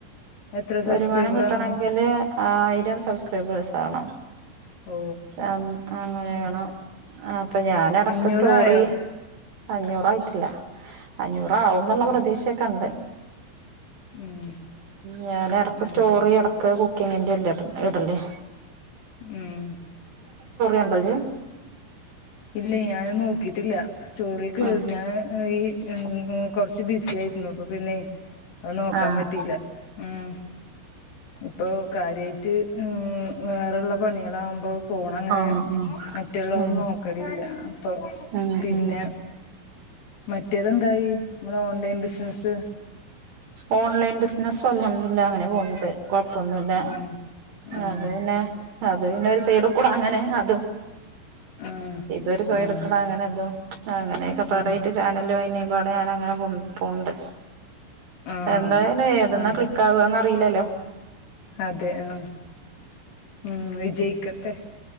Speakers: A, on the left (about 60°); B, on the right (about 55°).
A: എത്ര സബ്സ്ക്രൈബർ
B: വരുമാനം കിട്ടണങ്കില്
A: ആവണം
B: ആയിരം സംസ് ബേസാവണം
A: ഓ
B: <unintelligible> അങ്ങനെ
A: ഉം
B: വേണം അപ്പൊ ഞാനെടക്ക്
A: അഞ്ഞൂറായോ
B: സ്റ്റോറി അഞ്ഞൂറായിട്ടല്ല അഞ്ഞൂറ ന്ന്ള്ള
A: ആഹ്
B: പ്രതീക്ഷയൊക്കെണ്ട്
A: ഉം
B: ഞാൻ എടക്ക്
A: ഉം
B: സ്റ്റോറി എടക്ക് കു <unintelligible> എട്ടൻ്റെയാ
A: ഉം
B: കണ്ടോ ഇജ്ജ്
A: ഇല്ല ഞാൻ നോക്കീട്ടില്ല സ്റ്റോറി കേർ
B: ആഹ്
A: ഞാൻ ഈ ഉം ഉം കൊറച്ച് ബിസി ആയി ഇന്നപ്പ പിന്നെ അത് നോക്കാൻ
B: ആഹ്
A: പറ്റിയില്ല ഉം ഇപ്പൊ കാര്യായിട്ട് ഉം വേറെ ഇള്ള പണികളാവുമ്പോ ഫോൺ അങ്ങനെ
B: ആഹ് ആഹ്
A: മറ്റുള്ളതൊന്നും
B: ഉം
A: നോക്കലില്ല അപ്പൊ
B: ഉം
A: പിന്നെ
B: ഉം
A: മറ്റേതെന്തായി ങ്ങളെ ഓൺലൈൻ ബിസ്നസ്സ്
B: ഓൺലൈൻ ബിസിനസ് ഇപ്പം ഒന്നൊന്നുല്ല അങ്ങനെ പോണ് ണ്ട് കൊഴപ്പൊന്നുല്ല
A: ഉം ഉം
B: അത് പിന്നെ അത് പിന്നൊരു സൈഡ് കൂടെ അങ്ങനെ അതും
A: ആഹ്
B: ഇതൊരു സ്വയെട്ക്ക്ണങ്ങനെതും
A: ആഹ്
B: അങ്ങനെ യൊക്കെപാടായ്ട്ട്
A: ആഹ്
B: ചാനലു അയ്നിപാടെ ഞാനങ്ങനെ പുൺ പോണ്ട്
A: ആഹ്
B: എന്തായാനെ ഏതെന്നാ
A: ആഹ്
B: ക്ലിക്കാവ ന്നറീലല്ലോ
A: അതെ ആ ഉം വിജയ് <unintelligible>